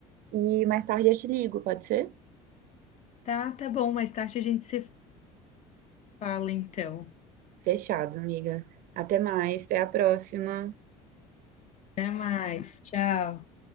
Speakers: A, on the right; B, on the left.
A: e mais tarde eu te ligo, pode ser?
B: Tá, tá bom, mais tarde a gente se fala então.
A: Fechado, amiga. Até mais, até a próxima.
B: Até mais, tchau.